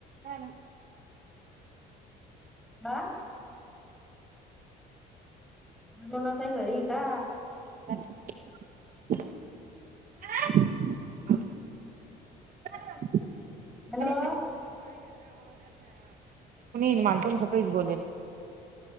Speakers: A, on the right (about 55°); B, in the centre.
A: हा ना-.
B: अं. म्हणुन आता ही घरी आहे का?
A: रिकामा ऑडिओ <inaudible> <unintelligible>
B: हॅलो.
A: नाही ना मला तुमचं काहीच बोलेल.